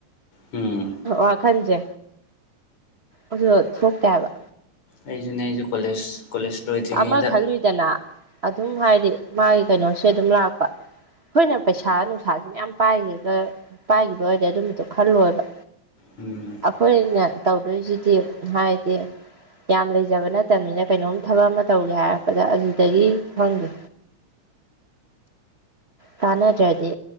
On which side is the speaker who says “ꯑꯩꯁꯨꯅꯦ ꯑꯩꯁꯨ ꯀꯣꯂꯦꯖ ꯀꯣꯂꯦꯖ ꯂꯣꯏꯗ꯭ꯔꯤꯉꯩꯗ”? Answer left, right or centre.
Left